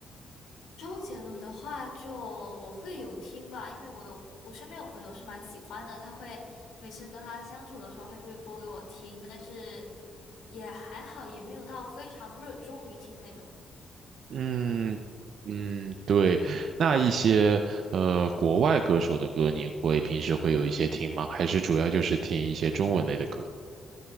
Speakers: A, on the left (about 80°); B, on the right (about 70°).
A: 周杰伦的话就我会有听吧，因为我有我身边有朋友是蛮喜欢的，他会每次跟他相处的时候，他就会播给我听，但是也还好，也没有到非常热衷于听那种。
B: 嗯嗯，对。那一些呃国外歌手的歌，你会平时会有一些听吗？还是主要就是听一些中文类的歌？